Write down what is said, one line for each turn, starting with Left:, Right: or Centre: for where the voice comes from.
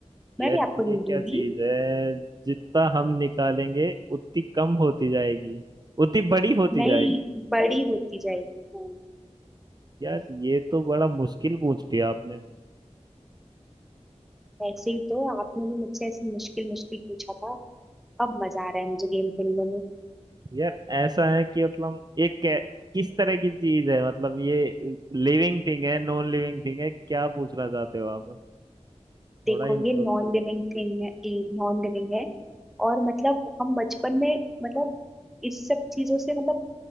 Right: यार
Centre: मैं भी आपको
Right: ये
Centre: हिलूंगी
Right: क्या चीज है जितना हम निकालेंगे उतनी कम होती जाएगी उतनी बड़ी होती
Centre: नहीं
Right: जाएगी
Centre: बड़ी होती जाएगी हाँ
Right: यार ये तो बड़ा मुश्किल पूछ लिया आपने
Centre: ऐसे ही तो आपने भी मुझसे ऐसे मुश्किल मुश्किल पूछा था अब मजा आ रहा है मुझे गेम खेलने में
Right: यार ऐसा है कि मतलब ये कै- किस तरह की चीज है मतलब ये लिविंग थिंग है नॉन लिविंग थिंग है क्या पूछना चाहते हो आप थोड़ा
Centre: देखो
Right: हिंट
Centre: ये नॉन
Right: दो
Centre: लिविंग थिंग है नॉन लिविंग है और मतलब हम बचपन में मतलब इस सब चीजों से मतलब